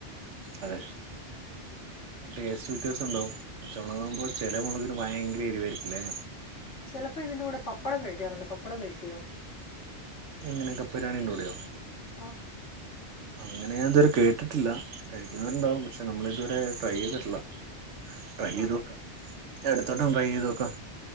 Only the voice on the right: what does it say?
അതെ ടെസ് ക്ക് രസണ്ടാവും പച്ചമുളക ആകുമ്പോ ചില മുളകിന് ഭയങ്കര എരിവായിരിക്കല്ലേ
എങ്ങനെൊ കപ്പര്യാണിന്റെൂടെയാോ
അങ്ങനെ ഞാൻ ഇതുവരെ കേട്ടിട്ടില്ല കഴിക്കുന്നരുണ്ടാവും പക്ഷെ നമ്മള ഇതുവരെ ട്രൈ ചെയ്തിട്ടില്ല ട്രൈ
എയ്തോക്കാം എടുത്തോട്ടം ണ്ട്രൈ ചെയ്ത്ോക്കാം